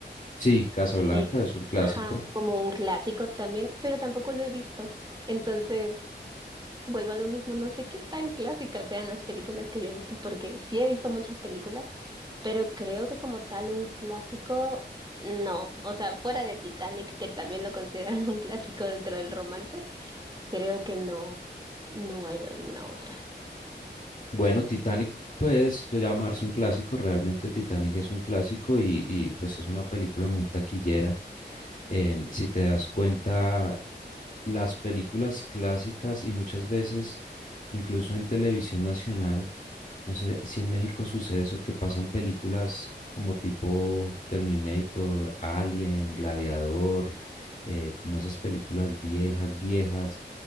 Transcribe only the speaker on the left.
Sí, Casablanca
es un clásico.
Bueno, Titanic puede llamarse un clásico, realmente Titanic es un clásico y, y, pues es una película muy taquillera. Em, si te das cuenta, las películas clásicas y muchas veces, incluso en televisión nacional, no sé si en México sucede eso, que pasan películas como tipo Terminator, Alien, Gladiador, eh, como esas películas viejas, viejas.